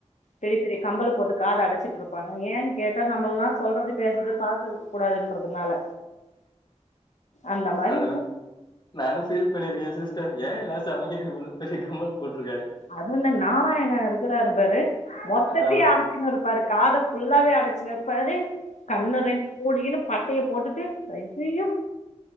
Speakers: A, on the left; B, on the left.
A: பெரிய பெரிய கம்பல போட்டு காத அடைச்சிட்டு இருப்பாங்க ஏன்னு கேட்டா நம்மல்லாம் சொல்றது பேசறது பாக்க கூடாதுன்றதுனால அந்த மாரி
B: அது நானும் ஃபீல் பண்ணிருக்கேன் சிஸ் ஏன் எல்லாம் சாமி பெரிய கம்மல் போட்ருக்காங்க
A: அது இந்த நாராயணா இருக் ருக்குறாரு பாரு மொத்தத்தையும்
B: ஆ
A: அடைச்சினு இருப்பாரு காத ஃபுல்லாவே அடைச் <unintelligible> கண்ண ரென்டு மூடிக்குனு பட்டைய போட்டுட்டு அய்யய்யோ